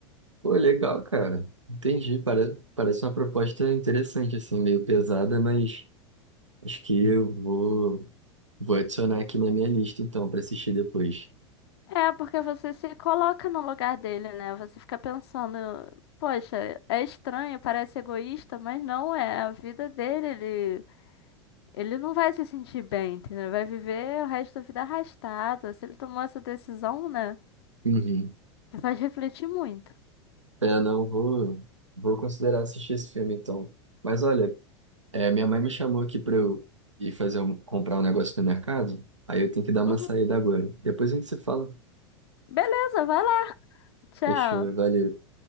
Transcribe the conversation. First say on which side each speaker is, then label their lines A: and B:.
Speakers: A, on the right; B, on the left.
A: Pô, legal, cara. Entendi. Parece, parece uma proposta interessante, assim, meio pesada, mas acho que eu vou, vou adicionar aqui na minha lista, então, pra assistir depois.
B: É, porque você se coloca no lugar dele, né? Você fica pensando, poxa, é estranho, parece egoísta, mas não é a vida dele, Ele não vai se sentir bem, entendeu? Ele Vai viver o resto da vida arrastado. Se ele tomou essa decisão, né?
A: Uhum.
B: Te Faz refletir muito.
A: É, não, vou, vou considerar assistir esse filme então. Mas olha, é, minha mãe me chamou aqui para eu ir fazer um- comprar um negócio no mercado, aí eu tenho que dar uma
B: Uhum.
A: saída agora. Depois a gente se fala.
B: Beleza, vai lá. Tchau.
A: Fechou, valeu.